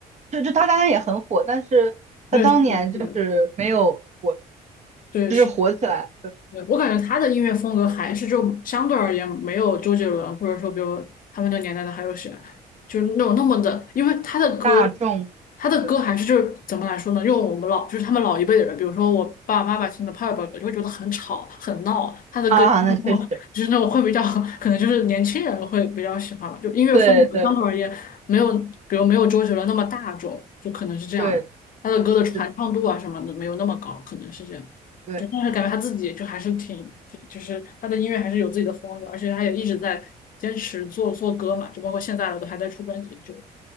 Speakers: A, on the right (about 40°); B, on the left (about 55°).
A: 就就他当然也很火，但是他当年就是没有火，
B: 对，是的，是的，对，
A: 就是火起来。
B: 是的。对，我感觉他的音乐风格还是就相对而言没有周杰伦，或者说比如他们那个年代的还有谁，就是那种那么的，因为他的歌，
A: 大众，
B: 他的歌还是就是怎么来说呢？
A: 对
B: 用我们老就是他们老一辈的人，比如说我爸爸妈妈听的爸爸歌就会觉得很吵很闹，他的歌
A: 啊，那确实，
B: 就是那种就是那种会比较可能就是年轻人会比较喜欢吧，就音乐风格相对而言没有比如没有周杰伦那么大众，
A: 对对
B: 就可能是这样，
A: 对，
B: 他的歌的传唱度啊什么的没有那么高，
A: 是，的，
B: 可能是这样。
A: 对
B: 就但是感觉他自己就还是挺挺，就是他的音乐还是有自己的风格，而且他也一直在坚持做做歌嘛，就包括现在了都还在出专辑，就